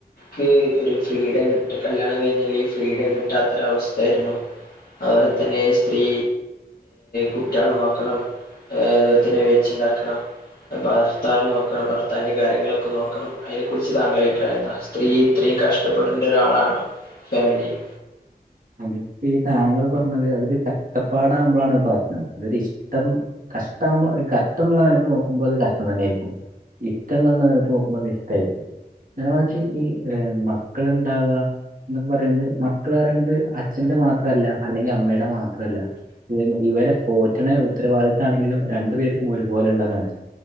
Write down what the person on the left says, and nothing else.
ക്ക് ഒരു ഫ്രീഡം കിട്ട കല്യാണം കഴിഞ്ഞാല് ഈ ഫ്രീഡം കിട്ടാത്തൊര അവസ്ഥ ആരുണ് അത് പോലെ തന്നെ സ്ത്രീ കുട്ടികളെ നോക്കണം അതുപോലെ തന്നെ വെച്ചുണ്ടാക്കണം ഭർത്താനെ നോക്കണം ഭർത്താൻ്റെ കാര്യങ്ങളൊക്കെ നോക്കണം അതിനെക്കുറിച്ച് താങ്കൾടെ അഭിപ്രായം എന്താ സ്ത്രീ ഇത്രയും കഷ്ടപ്പെടണ്ട ഒരാളാണോ ഫാമിലിയിൽ